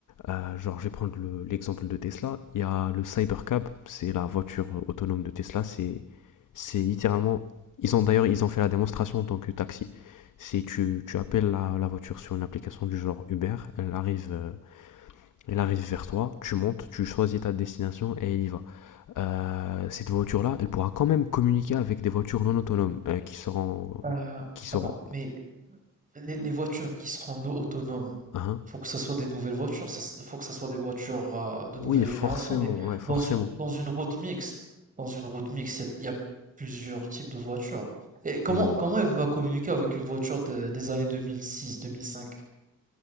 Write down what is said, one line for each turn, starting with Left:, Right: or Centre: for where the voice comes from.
Left: Euh, genre, je vais prendre le- l'exemple de Tesla. Il y a le Cybercab, c'est la voiture autonome de Tesla. C'est, c'est littéralement. Ils ont d'ailleurs, ils ont fait la démonstration en tant que taxi. C'est tu, tu appelles la, la voiture sur une application du genre Uber, elle arrive, euh, elle arrive vers toi, tu montes, tu choisis ta destination et elle y va. Euh, cette voiture-là, elle pourra quand même communiquer avec des voitures non autonomes euh, qui seront,
Right: Euh,
Left: qui seront.
Right: attends, mais les, les voitures qui seront no- autonomes,
Left: Hein
Right: faut que ça soit des nouvelles voitures, ça, s- faut que ça soit des voitures euh, de nouvelle
Left: oui, forcément,
Right: génération. Mais
Left: ouais, forcément.
Right: dans une dans une route mixte, dans une route mixte, il y, a il y a plusieurs types de voitures. Et comment
Left: Hmm.
Right: comment elle va communiquer avec une voiture de- des années 2006, 2005,